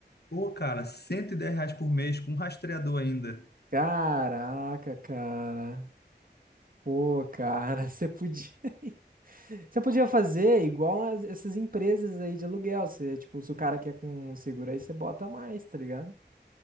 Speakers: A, on the left (about 65°); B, on the right (about 50°).
A: Pô, cara, cento e dez reais por mês com um rastreador ainda.
B: Caraca, cara. Pô, cara, <laughs> você podia. <laughs> Você podia fazer igual as- essas empresas aí de aluguel. Você, tipo, se o cara quer com seguro aí, você bota mais, tá ligado?